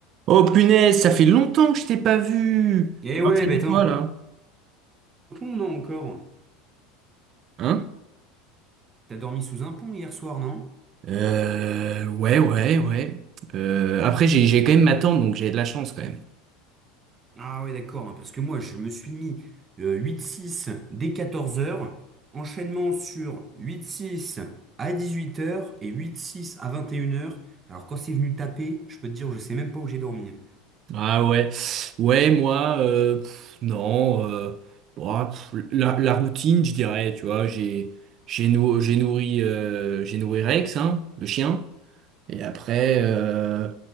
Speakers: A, on the right (about 45°); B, on the right (about 25°).
A: Oh punaise, ça fait longtemps que je t'ai pas vu.
B: Eh
A: Alors,
B: ouais,
A: ça
B: bah
A: dit
B: t'es
A: quoi
B: en
A: là?
B: pont, non, encore?
A: Hein?
B: T'as dormi sous un pont hier soir, non?
A: Euh, ouais, ouais, ouais. Euh, après, j'ai, j'ai quand même ma tante, donc j'ai de la chance quand même.
B: Ah ouais, d'accord, non, parce que moi, je me suis mis euh, 8-6 dès quatorze heures, enchaînement sur huit six à dix-huit heures et huit six à vingt et une heures. Alors quand c'est venu taper, je peux te dire, je sais même pas où j'ai dormi.
A: Ah ouais. Ouais, moi, euh, pff, non. euh, bah, pff, la, la routine, je dirais, tu vois, j'ai, j'ai nou- j'ai nourri, euh, j'ai nourri Rex, hein, le chien. Et après, euh,